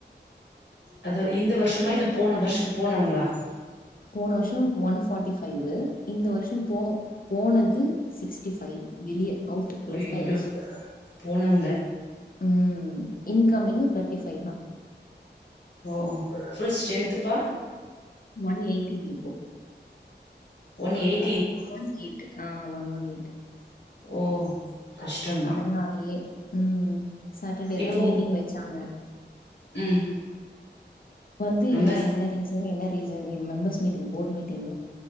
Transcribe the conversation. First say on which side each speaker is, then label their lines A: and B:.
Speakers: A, on the left; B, on the left.
A: அது இந்த வருஷோமா இல்ல போன வருஷோ போனவங்களா
B: போன வருஷோ ஒன் ஃபோர்ட்டி ஃபைவ்வு இந்த வருஷோ போக போனது சிக்ஸ்டி ஃபைவ் வெளிய அவுட்
A: ஐயோ
B: லெஃப்ட் ஆயிடுச்சு
A: போனவங்க
B: ம் இன்கமிங் தேர்ட்டி ஃபைவ் தா
A: ஓ ஃபுல் ஸ்ட்ரென்துப்பா
B: ஒன் எயிட்டீன் இப்போ
A: ஒன் எயிட்
B: ஒன் எயிட் ஆ ஒன் ஒன் எயிட்
A: ஓ கஷ்டந்தா
B: அதனாலயே ம் சாட்டர்டே
A: இப்போ
B: தா மீட்டிங் வச்சாங்க
A: ம்
B: வந்து
A: மெம்பர்ஸ்
B: ஏ என்ன ரீசன் என்ன reason members meeting board meeting